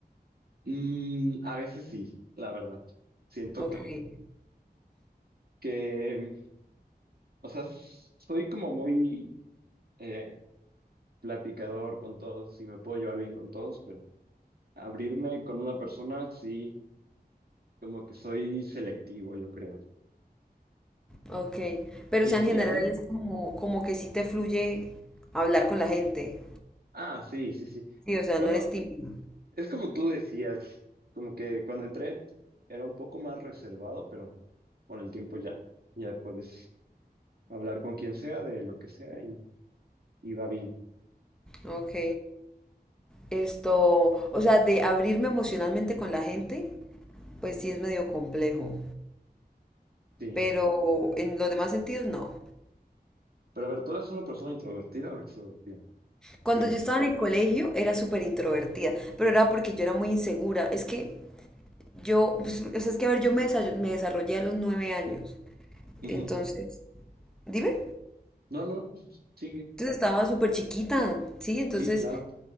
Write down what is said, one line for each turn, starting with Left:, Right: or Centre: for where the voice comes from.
Right: Mm, a veces sí, la verdad. Siento
Centre: Ok.
Right: que, que, o sea, s- soy como muy eh, platicador con todos y me puedo llevar bien con todos, pero abrirme con una persona, sí. Como que soy selectivo, yo creo.
Centre: Ok, pero
Right: ¿Y,
Centre: o sea, en general
Right: y a ti?
Centre: es como, como que sí te fluye hablar con la gente.
Right: Ah, sí, sí, sí.
Centre: Sí, o sea,
Right: Bueno,
Centre: no eres tímido.
Right: es como tú decías, como que cuando entré era un poco más reservado, pero con el tiempo ya, ya puedes hablar con quien sea de lo que sea y, y va bien.
Centre: Ok, esto, o sea, de abrirme emocionalmente con la gente, pues sí es medio complejo,
Right: Sí.
Centre: pero en los demás sentidos no.
Right: Pero a ver, ¿tú eres una persona introvertida o extrovertida? Siempre.
Centre: Cuando yo estaba en el colegio era súper introvertida, pero era porque yo era muy insegura. Es que yo, pues, o sea, es que a ver, yo me, desa- me desarrollé a los nueve años.
Right: Ujú.
Centre: Entonces, dime,
Right: No, no, sigue.
Centre: entonces estaba súper chiquita, ¿sí? Entonces
Right: Sí, claro.